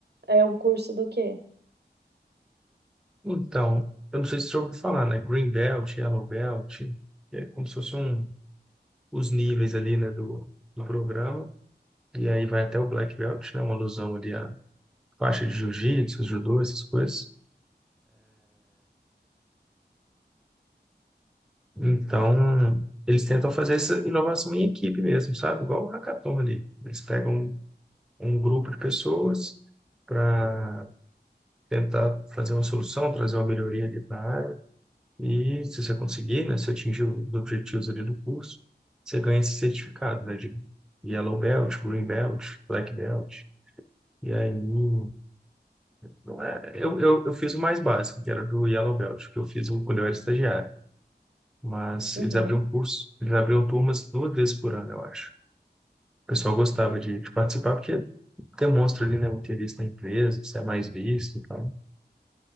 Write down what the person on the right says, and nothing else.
É um curso do quê?
Uhum.